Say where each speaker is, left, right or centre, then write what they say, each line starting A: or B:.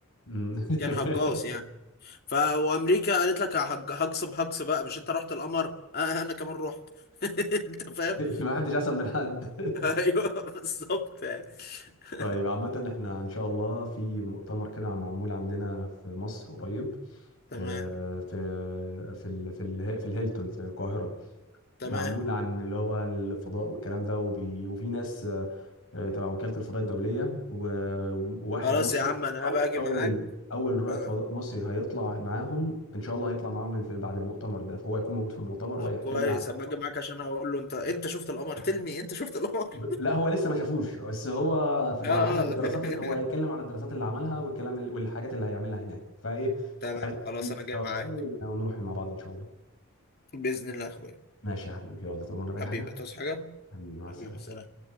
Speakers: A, on the left; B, on the left.
A: أمم. <laughs>
B: كان هجاص يعني ف وامريكا قالت لك هج- هجصب هجص بقى مش انت رحت القمر آه آه، انا كمان رحت <laughs> انت فاهم
A: ما حدش احسن من حد <laughs>
B: <laughs> ايوه بالظبط يعني. <laughs>
A: طيب عامه احنا ان شاء الله في مؤتمر كده معمول عندنا في مصر قريب
B: تمام
A: آه، في في ال في ال في الهيلتون في القاهره
B: تمام
A: معمول عن اللي هو الفضاء والكلام ده وبي وفي ناس آه، تبع وكالة الفضاء الدولية و- وواحد
B: خلاص
A: مصري
B: يا عم انا
A: أو
B: هبقى اجي
A: أول
B: معاك
A: أول رائد
B: آه.
A: فضاء مصري هيطلع معاهم إن شاء الله هيطلع معاهم في- بعد المؤتمر ده فهو هيكون موجود في المؤتمر
B: طب
A: وهيحكي
B: كويس
A: لنا عن-
B: هبقى اجي معاك عشان اقول له انت انت شفت القمر تلمي انت شفت القمر
A: ب-
B: <laughs>
A: لا هو لسه ما شافوش بس هو في-
B: اه آه.
A: على حسب الدراسات
B: <laughs>
A: اللي هو هيتكلم عن الدراسات اللي عملها والكلام ال- والحاجات اللي هيعملها هناك فإيه
B: تمام
A: عايز
B: خلاص
A: تيجي
B: انا جاي
A: إن شاء
B: معاك
A: الله ون- ونروح مع بعض إن شاء الله
B: باذن الله يا اخويا
A: ماشي يا حبيبي والله تؤمرنا بأي
B: حبيبي
A: حاجة
B: تصحى حاجه
A: حبيبي مع السلامة
B: حبيبي سلام